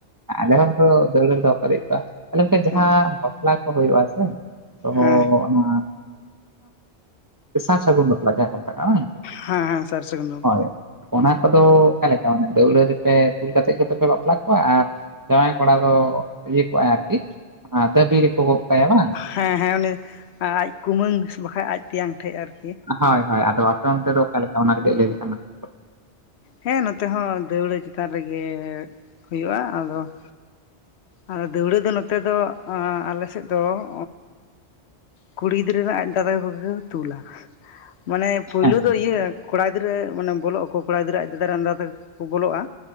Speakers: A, on the right; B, on the left.
A: ᱟᱞᱮ ᱦᱚᱸ ᱛ ᱫᱟᱹᱣᱲᱟᱹᱲ ᱨᱮ ᱫᱚ ᱵᱟᱠᱚ ᱫᱮ ᱠᱚᱣᱟ ᱟᱞᱮ ᱢᱤᱫᱴᱮᱱ ᱡᱟᱦᱟᱸ
B: ᱦᱮᱸ
A: ᱵᱟᱯᱞᱟ ᱠᱚ ᱦᱩᱭᱩᱜᱼᱟ ᱥᱮ <unintelligible> ᱛ ᱚᱱᱟ
B: ᱦᱮᱸ
A: ᱥᱟᱨ ᱥᱟᱹᱜᱩᱱ ᱵᱟᱯᱞᱟ ᱡᱟᱦᱟᱸ ᱠᱚ ᱢᱮᱛᱟᱜᱟᱜ ᱵᱟᱝ <inaudible>
B: ᱦᱮᱸ ᱦᱮᱸ ᱥᱟᱨ ᱥᱟᱹᱜᱩᱱ <inaudible>
A: ᱦᱳᱭ ᱚᱱᱟ ᱠᱚᱫᱚ ᱚᱮᱫᱞᱮᱠᱟ ᱢᱟᱱᱮ ᱫᱟᱹᱣᱲᱟᱹ ᱨᱮᱯᱮ ᱛᱩᱞ ᱠᱟᱛᱮᱮᱫ ᱜᱮᱛᱚ ᱯᱮ ᱵᱟᱯᱞᱟᱟᱜ ᱠᱚ <inaudible> ᱟᱨ ᱡᱟᱶᱟᱭ ᱠᱚᱲᱟ ᱫᱚ ᱤᱭᱟᱹ ᱠᱚᱜᱼᱟᱭ ᱟᱨᱠᱤ ᱫᱟᱹᱵᱤ ᱨᱮᱠᱚ ᱜᱚᱜ ᱠᱟᱭᱟ ᱵᱟᱝ <inaudible>
B: ᱦᱮᱸ ᱦᱮᱸ ᱩᱱᱤᱚᱱᱮ ᱟᱡ ᱠᱩᱢᱟᱹᱝ ᱵᱟᱠᱟᱱ ᱟᱡ ᱛᱮᱭᱟᱝ ᱴᱷᱮᱡ ᱟᱨᱠᱤ <inaudible>
A: ᱦᱳᱭ ᱦᱳᱭ ᱟᱫᱚ ᱟᱯᱮᱚᱱᱛᱮ ᱫᱚ ᱚᱠᱟᱞ ᱞᱮᱠᱟ ᱚᱱᱟ ᱨᱮᱯᱮ ᱞᱟᱹᱭ ᱞᱮᱮ <unintelligible>
B: ᱦᱮᱸ ᱱᱚᱛᱮ ᱦᱚᱸ ᱫᱟᱹᱣᱲᱟᱹ ᱪᱮᱛᱟᱱ ᱨᱮᱜᱮ ᱦᱩᱭᱩᱜᱼᱟ ᱟᱫᱚ <inaudible> ᱟᱨ ᱫᱟᱹᱣᱲᱟᱹ ᱫᱚ ᱱᱚᱛᱮ ᱫᱚ ᱟᱞᱮ ᱥᱮᱫ ᱫᱚ <inaudible> ᱠᱩᱲᱤ ᱜᱤᱫᱽᱨᱟᱹ ᱨᱮᱱᱟᱜ ᱟᱡ ᱫᱟᱫᱟ ᱠᱚᱜᱮ ᱠᱚ ᱛᱩᱞᱟ <inaudible> ᱢᱟᱱᱮ ᱯᱳᱭᱞᱳ
A: ᱦᱮᱸ
B: ᱫᱚ ᱤᱭᱟᱹ ᱠᱚᱲᱟ ᱜᱤᱫᱽᱨᱟᱹ ᱢᱟᱱᱮ ᱵᱚᱞᱚᱜ ᱟᱠᱚ <inaudible> ᱠᱚᱲᱟ ᱜᱤᱫᱽᱨᱟᱹ ᱟᱡ ᱫ ᱫᱟᱨᱮ ᱟᱫᱟ ᱛᱮᱠᱚ ᱵᱚᱞᱚᱜᱼᱟ